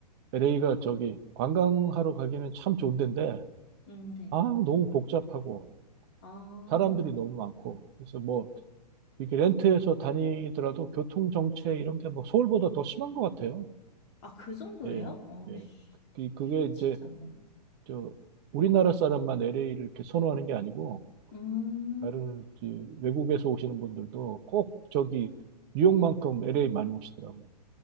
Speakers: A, on the right (about 35°); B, on the left (about 45°).
A: LA가 저기 관광하러 가기는 참 좋은 데인데,
B: <laughs> 음, 네.
A: 아, 너무 복잡하고,
B: 아,
A: 사람들이 너무 많고, 그래서 뭐, 이렇게 렌트해서 다니더라도 교통 정체 이런 게 뭐 서울보다 더 심한 것 같아요.
B: 아, 그 정도예요?
A: 예,
B: 어,
A: 예.
B: 씨,
A: 그- 그게 이제,
B: 쉽지 않네.
A: 저, 우리나라 사람만 LA를 이렇게 선호하는 게 아니고,
B: 음,
A: 다른 이제 외국에서 오시는 분들도 꼭 저기 뉴욕만큼 LA 많이 오시더라고요.